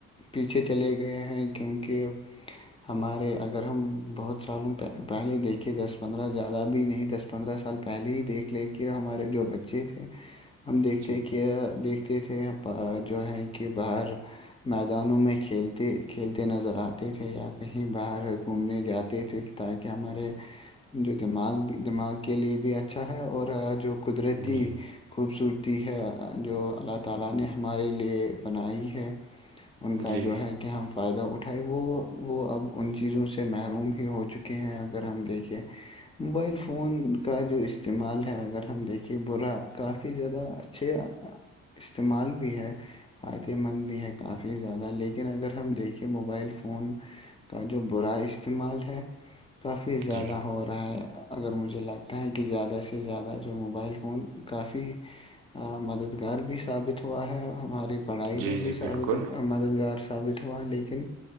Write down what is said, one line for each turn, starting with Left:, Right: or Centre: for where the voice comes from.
Left: پیچھے چلے گئے ہیں کیونکہ ہمارے اگر ہم بہت سالوں پہلے دیکھے دس پندرہ زیادہ بھی نہیں دس پندرہ سال پہلے ہی دیکھ لے کے ہمارے جو بچے تھے ہم دیکھتے
Right: جی
Left: کہ دیکھتے تھے جو ہے کہ باہر میدانوں میں کھیلتے کھیلتے نظر آتے تھے یا کہیں باہر گھومنے جاتے تھے تاکہ ہمارے جو دماغ بھی دماغ کے لیے بھی اچھا ہے اور جو قدرتی
Right: جی
Left: خوبصورتی ہے جو اللہ تعالی نے ہمارے لیے بنائی ہے ان کا
Right: جی
Left: جو ہے کہ ہم فائدہ اٹھائے وہ وہ اب ان چیزوں سے محروم ہی ہو چکے ہیں اگر ہم دیکھے موبائل فون کا جو استعمال ہے اگر ہم دیکھییں برا کافی زیادہ اچھے استعمال بھی ہے فائدہ مند بھی ہے کافی زیادہ لیکن اگر ہم دیکھیں موبائل فون کا جو برا استعمال ہے کافی زیادہ
Right: جی
Left: ہو ہو رہا ہے اگر مجھے لگتا ہے کہ زیادہ سے زیادہ جو موبائل فون کافی مددگار بھی ثابت ہوا ہے ہماری پڑھائی
Right: جی
Left: میں
Right: جی
Left: بھی ثابت
Right: بالکل
Left: مددگار ثابت ہوا لیکن